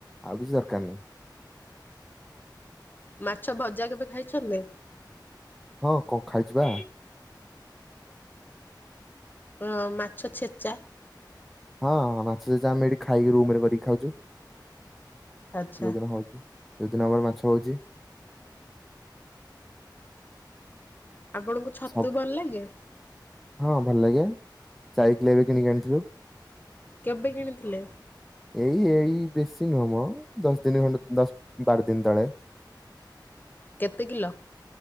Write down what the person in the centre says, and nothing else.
ଆଉ କିଛି ଦରକାର ନାହିଁ।
ହଁ କଁ ଖାଇଛିି ପା।
ହଁ ମାଛ ଛେଚା ଆମେ ଏଠି ଖାଇକି ରୁମରେ କରିକି ଖାଉଛୁ
ଯୋଉଦିନ ହଉଛି। ଯଉଦିନ ଆମର ମାଛ ହଉଛି।
ସବ
ହଁ ଭଲ ଲାଗେ ଯାଇଥିଲି ଏବେ କିଣିକି ଆଣିଥିଲୁ।
ଏଇ ଏଇ ବେଶୀ ନୁହମ ଦଶ ଦିନ ଖଣ୍ଡ ଦଶ ବାର ଦିନ ତଳେ।